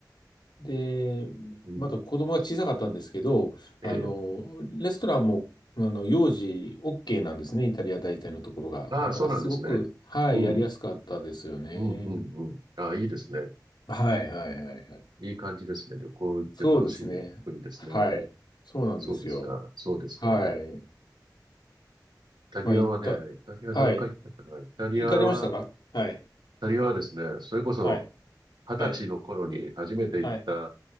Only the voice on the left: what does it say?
で、
まだ子供が小さかったんですけど、
あの、レストランも、あの、幼児 OK なんですね、イタリア大体のところが。
だからすごく、
はい、
やりやすかったですよね。
はいはいはいはい。
そうですね。はい。そうなんですよ。
はい。
まあ、行った、
はい。
行かれましたかはい。
はい。
はい。は